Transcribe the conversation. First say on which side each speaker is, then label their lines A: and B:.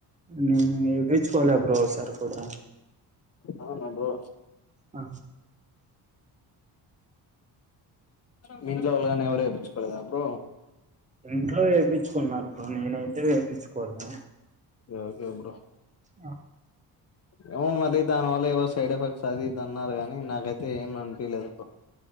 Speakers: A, on the right; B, on the left.
A: నేను ఏపి చ్చు కోలా బ్రో ఓసారి కూడా
B: అవునా బ్రో
A: ఆ
B: మీ ఇంట్లో వాల్లుగానీ ఎవరు వేపిచ్చుకోలేదా బ్రో
A: ఇంట్లో వేపిచ్చుకున్నారు బ్రో నేనయితే వేపిచ్చుకోలా
B: ఓకే బ్రో
A: అ
B: ఏమో మళ్ళీ దానివల్ల ఏవో సైడ్ ఎఫెక్ట్స్ అది ఇది అన్నారు గానీ నాకైతే ఏం అనిపిలేదు ఇప్పుడు